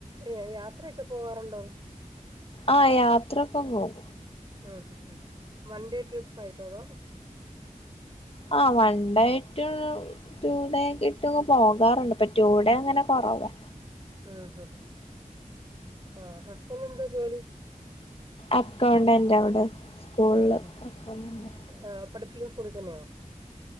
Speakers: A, on the right (about 35°); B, on the left (about 45°).
A: ഏഹ് യാത്രയൊക്കെ പോകാറുണ്ടോ
B: ആഹ് യാത്രൊക്കെ പോകും
A: ഉം ആഹ് ഉം വൺ ഡേ ട്രിപ്പ് ആയിട്ടോ അതോ
B: ആ്ഹ് വണ്ടായിട്ടും ടു ഡേക്കെ ഇട്ടുംങ് പോകാറുണ്ട്പ്പൊ ടു ഡേ അങ്ങനെ കുറവേ
A: ഉം ഉം ആഹ് ഹ ഹസ്ബന്റ് എന്താ ജോലി
B: അക്കൗണ്ടന്റ് അവിടെ സ്കൂളില്
A: ഉം ഉം
B: അക്കൗണ്ടന്റ്
A: ആഹ് പഠിപ്പിക്കുന്ന സ്കൂളിൽ തന്നെയോ